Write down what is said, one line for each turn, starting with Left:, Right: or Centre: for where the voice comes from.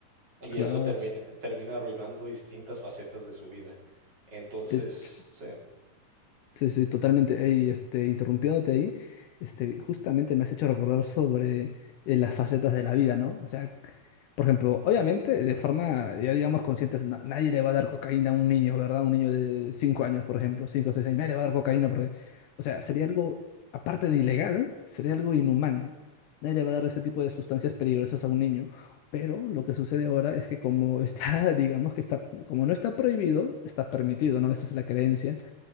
Right: y
Left: claro.
Right: eso termina, termina arruinando distintas facetas de su vida. Entonces,
Left: De-
Right: sí.
Left: Sí, sí, totalmente. Ey, este, interrumpiéndote ahí, este, justamente me has hecho recordar sobre eh, las facetas de la vida, ¿no? O sea, por ejemplo, obviamente, de forma, ya digamos, consciente, na- nadie le va a dar cocaína a un niño, ¿verdad? Un niño de 5 años, por ejemplo, 5 o 6 años, nadie le va a dar cocaína porque, o sea, sería algo, aparte de ilegal, sería algo inhumano. Nadie le va a dar ese tipo de sustancias peligrosas a un niño. Pero lo que sucede ahora es que como está, <laughs> digamos que está, como no está prohibido, está permitido, ¿no? Esa es la creencia